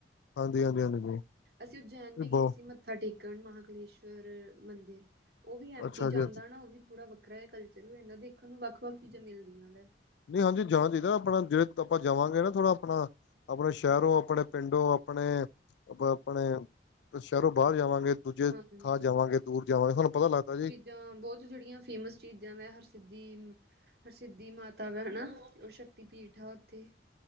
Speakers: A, on the left; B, on the right.
A: ਹਾਂਜੀ ਹਾਂਜੀ ਹਾਂਜੀ।
B: ਅਸੀਂ ਉਜੈਨ ਵੀ
A: ਬਹੁ
B: ਗਏ ਸੀ ਮੱਥਾ ਟੇਕਣ ਮਹਾਂਕਲੇਸ਼ਵਰ ਮੰਦਿਰ। ਉਹ ਵੀ ਐੱਮ
A: ਅੱਛਾ
B: ਪੀ ਚ
A: ਜੀ
B: ਆਂਦਾ
A: ਅੱਛਾ
B: ਨਾ ਉਹ ਵੀ ਥੋੜ੍ਹਾ ਵੱਖਰਾ ਹੈ ਕਲਚਰ ਹੋ ਇਹ ਨਾ ਦੇਖਣ ਨੂੰ ਵੱਖ ਵੱਖ ਚੀਜ਼ਾਂ ਮਿਲਦੀਆਂ ਵਾ।
A: ਨਹੀਂ ਹਾਂਜੀ ਜਾਣਾ ਚਾਹੀਦਾ ਆਪਣਾ ਜਿਹੜੇ ਆਪਾਂ ਜਾਵਾਂਗੇ ਨਾ ਥੋੜ੍ਹਾ ਆਪਣਾ। ਆਪਣੇ ਸ਼ਹਿਰੋਂ ਆਪਣੇ ਪਿੰਡੋ ਆਪਣੇ ਆਪਣੇ ਸ਼ਹਿਰੋਂ ਬਾਹਰ ਜਾਵਾਂਗੇ। ਦੂਜੇ
B: ਹਾਂਜੀ
A: ਥਾਂ ਜਾਵਾਂਗੇ ਦੂਰ ਜਾਵਾਂਗੇ ਸਾਨੂੰ ਪਤਾ ਲੱਗਦਾ ਜੀ।
B: ਜਾਂ ਬਹੁਤ ਜਿਹੜੀਆਂ ਫੇਮਸ ਚੀਜ਼ਾਂ ਹਰਸਿਧੀ। ਹਰਸਿੱਧੀ ਮਾਤਾ ਹੈਨਾ ਉਹ ਸ਼ਕਤੀ ਪੀਠ ਹੈ ਉੱਥੇ।